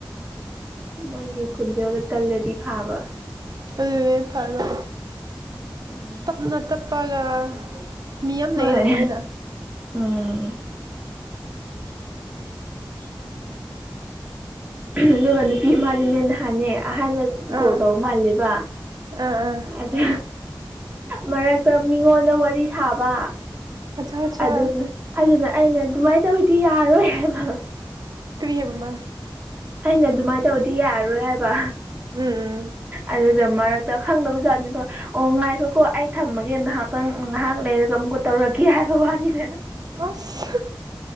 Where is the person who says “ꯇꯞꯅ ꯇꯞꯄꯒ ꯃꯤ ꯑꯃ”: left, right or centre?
Right